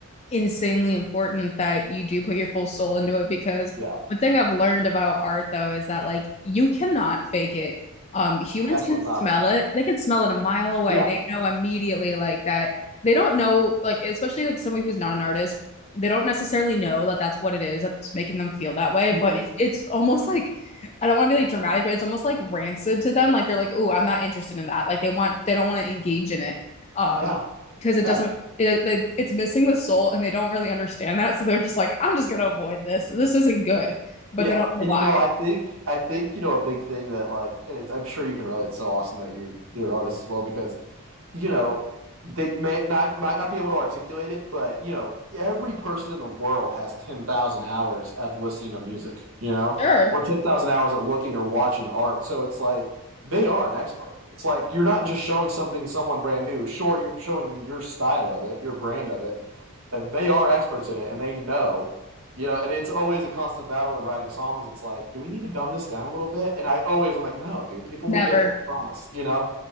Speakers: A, on the left; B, on the right.
A: insanely important that you do put your full soul into it because
B: yeah
A: one thing I've learned about art though is that like you cannot fake it. Um, humans
B: absolutely
A: can smell
B: not.
A: it. They can smell it a mile away.
B: Yeah.
A: They know immediately like that. They don't know like especially like somebody who's not an artist. They don't necessarily know that that's what it is that's making them feel that way, but
B: Mm-hmm.
A: it's, it's almost like I don't want to be like dramatic, but it's almost like rancid to them. Like they're like, "Oh, I'm not interested in that." Like they want they don't want to engage in it. Um,
B: Yeah.
A: because
B: Yeah.
A: it doesn't it, they, it's missing the soul and they don't really understand that so they're just like i'm just gonna avoid this this isn't good but
B: Yeah,
A: they don't know
B: and
A: why
B: you know, I think I think you know a big thing that like, and it's, I'm sure you can relate. It's so awesome that you you're an artist as well because you know they may not might not be able to articulate it, but you know every person in the world has ten thousand hours of listening to music, you know,
A: sure
B: or ten thousand hours at looking or watching art. So it's like they are an expert. It's like you're not just showing something someone brand new. Sure, you're showing them your style of it, your brand of it, and they are experts in it and they know you know and it's always a constant battle when writing songs it's like do we need to dumb this down a little bit and i always i'm like no dude people
A: never
B: will get it i promise you know